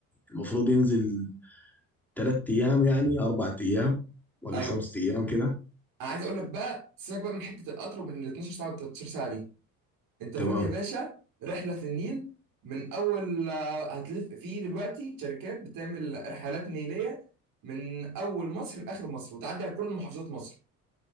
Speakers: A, in the centre; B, on the right.
A: المفروض ينزل تلات أيام يعني أربع أيام ولا
B: <laughs> ايوه
A: خمس أيام كده
B: انا عايز اقول لك بقى سيبك بقى من حته القطر ومن ال 12 ساعه وال 13 ساعه دي انت خد
A: تمام
B: يا باشا رحله في النيل من اول آه، هتلف في دلوقتي شركات بتعمل رحلات نيليه من اول مصر لاخر مصر وتعدي على كل محافظات مصر